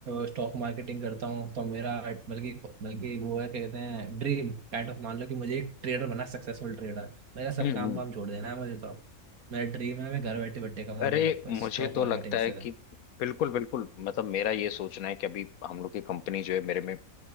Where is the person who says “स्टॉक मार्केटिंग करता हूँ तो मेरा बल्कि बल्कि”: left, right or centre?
Right